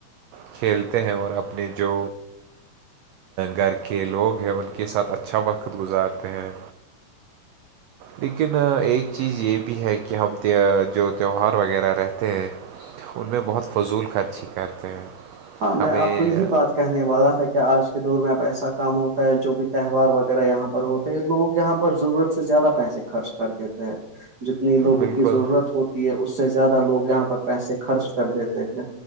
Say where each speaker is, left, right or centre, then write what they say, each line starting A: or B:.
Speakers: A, on the right; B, on the right.
A: کھیلتے ہیں اور اپنی جو گھر کے لوگ ہیں ان کے ساتھ اچھا وقت گزارتے ہیں لیکن ایک چیز یہ بھی ہے کہ ہم جو تہوار وغیرہ رہتے ہیں ان میں بہت فضول خرچی کرتے ہیں
B: ہاں میں
A: ہمیں
B: آپ کو یہی بات کہنے والا تھا آج کے دور میں اب ایسا کام ہوتا ہے جو بھی تہوار وغیرہ یہاں پر ہوتے ہیں لوگ یہاں پر ضرورت سے زیادہ پیسے خرچ کر دیتے ہیں جتنی لوگوں
A: بالکل
B: کی ضرورت ہوتی ہے اس سے زیادہ لوگ یہاں پر پیسے خرچ کر دیتے ہیں